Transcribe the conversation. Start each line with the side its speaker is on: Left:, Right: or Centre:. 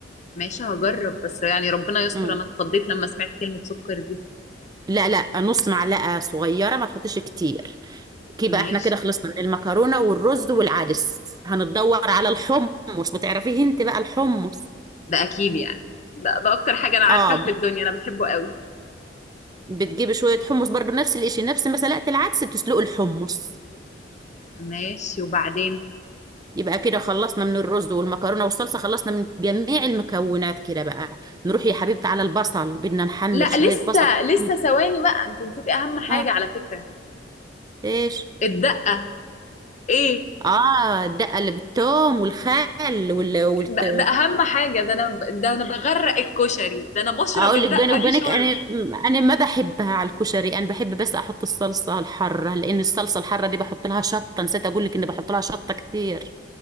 Left: ماشي هجرب بس يعني ربنا يستر
Right: مم.
Left: انا اتخضيت لما سمعت كلمة سكر دي
Right: لا لا نص معلقة صغيرة ما تحطيش كتير كيبقى
Left: ماشي
Right: احنا كده خلصنا من المكرونة والرز والعدس هنتدور على الحمص بتعرفيه انت بقى الحمص
Left: ده اكيد يعني ده, ده اكتر حاجة انا عارفاها
Right: اه بت-
Left: في الدنيا انا بحبه قوي
Right: بتجيبي شوية حمص برضو نفس الاشي نفس ما سلقت العدس بتسلقي الحمص
Left: ماشي وبعدين
Right: يبقى كده خلصنا من الرز والمكرونة والصلصة خلصنا من جميع المكونات كده بقى نروح يا حبيبتي على البصل بدنا نحمر
Left: لا
Right: شوية
Left: لسه
Right: بصل
Left: لسه
Right: حلوين.
Left: ثواني بقى انت نسيتي اهم حاجة
Right: اه
Left: على فكرة
Right: ايش
Left: الدقة ايه
Right: اه الدقة اللي بالثوم والخل وال... والت...
Left: ده, ده اهم حاجه ده انا ده انا بغرق الكشري ده انا بشرب
Right: اقول
Left: الدقه
Right: لك بيني وبينك
Left: دي شرب
Right: انا انا ما بحبها على الكشري انا بحب بس احط الصلصه الحاره لان الصلصه الحاره دي بحط لها شطه نسيت اقول لك اني بحط لها شطه كتير